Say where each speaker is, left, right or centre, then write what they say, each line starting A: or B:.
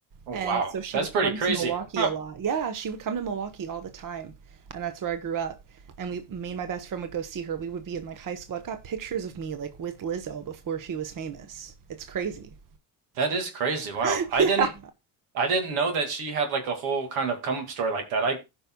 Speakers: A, on the right; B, on the right.
A: Oh
B: And
A: wow,
B: so she
A: that's
B: would
A: pretty
B: come
A: crazy.
B: to Milwaukee
A: <laughs>
B: a lot. Yeah, she would come to Milwaukee all the time. And that's where I grew up. And we, me and my best friend would go see her. We would be in like high school. I've got pictures of me like with Lizzo before she was famous. It's crazy.
A: That is crazy. Wow.
B: <laughs>
A: I
B: Yeah.
A: didn't I didn't know that she had like a whole kind of come up story like that. I